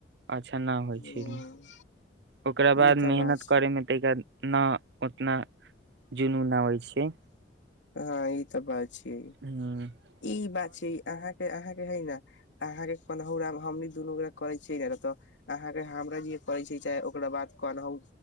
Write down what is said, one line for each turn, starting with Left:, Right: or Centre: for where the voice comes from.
Right: अच्छा नहि होइ
Left: हम्म,
Right: छी ओकरा बाद
Left: ई तऽ
Right: मेहनत
Left: बात छै
Right: करे मे तेइके न उतना जुनून‌ आबै छै
Left: हँ ई तऽ बा छीयै
Right: हँ <unintelligible>
Left: ई बात छै अहाँके अहाँके है न अहाँके पनहहुरा हमनी दुन गोरा करै छियै ने तऽ। अहाँके हमरा जे करै छैय चाहे ओकरा बाद कनहौ